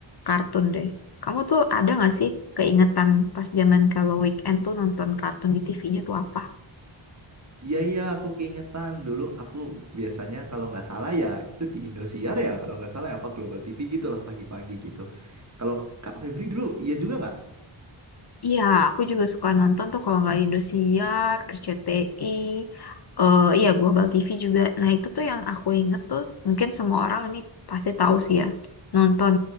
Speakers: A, on the left; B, on the right.
A: kartun deh. Kamu tuh ada nggak sih keingetan pas zaman kalau weekend tuh nonton kartun di TV-nya tuh apa?
B: Iya iya aku keingetan dulu aku biasanya kalau nggak salah ya itu di Indosiar ya kalau nggak salah ya, apa Global TV gitu lah pagi-pagi gitu. Kalau Kak Febri dulu iya juga nggak?
A: Iya, aku juga suka nonton tuh kalau nggak Indosiar, RCTI, eh iya Global TV juga. Nah itu tuh yang aku inget tuh, mungkin semua orang ini pasti tahu sih ya, nonton